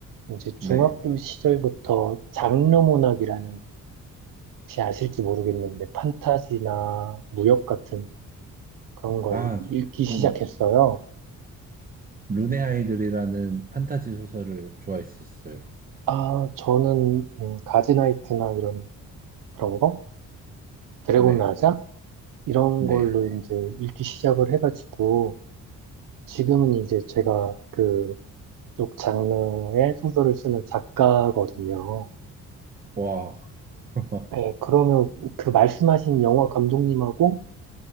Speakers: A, on the right; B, on the right.
A: 이제 중학교
B: 네.
A: 시절부터 장르문학이라는 혹시 아실지 모르겠는데 판타지나 무협 같은 그런 걸
B: 아,
A: 읽기 시작했어요.
B: 저는 룬의 아이들이라는 판타지 소설을 좋아했었어요.
A: 아, 저는 음, 가즈나이트나 이런 그런 거? 드래곤
B: 네,
A: 라자? 이런
B: 네,
A: 걸로 이제 읽기 시작을 해가지고 지금은 이제 제가 그쪽 장르의 소설을 쓰는 작가거든요.
B: 와, <laughs>
A: 네, 그러면 그 말씀하신 영화 감독님하고